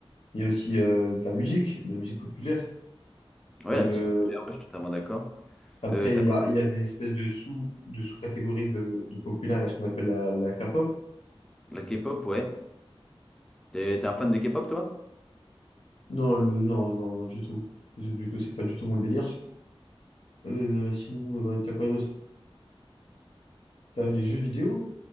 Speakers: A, on the left; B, in the centre.
A: Il y a aussi euh, de la musique, de la musique populaire.
B: Ouais,
A: Comme
B: la musique
A: euh,
B: populaire, ouais, je suis totalement d'accord.
A: après,
B: Euh, t'as
A: il
B: quoi?
A: y a, il y a des espèces de sous de sous-catégories de, de populaire. Il y a ce qu'on appelle la, la K-pop.
B: La K-pop, ouais. T'es t'es un fan de K-pop, toi?
A: Non, le- non, non, non, du tout, du du tout. C'est pas du tout mon délire. Euh, sinon, euh, t'as quoi d'autre? T'as les jeux vidéo.